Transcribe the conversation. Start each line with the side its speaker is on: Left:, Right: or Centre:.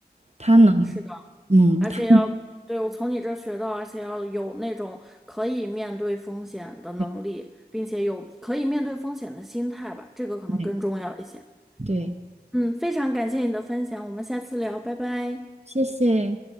Right: 他能
Centre: 嗯，是的，
Right: 嗯，
Centre: 而且要，
Right: 他
Centre: 对，我从你这儿学到，而且要有那种可以面对风险的能力，
Right: 对
Centre: 并且有可以面对风险的心态吧，这个可能更重要一些。
Right: 对对，
Centre: 嗯，非常感谢你的分享，我们下次聊，拜拜。
Right: 谢谢。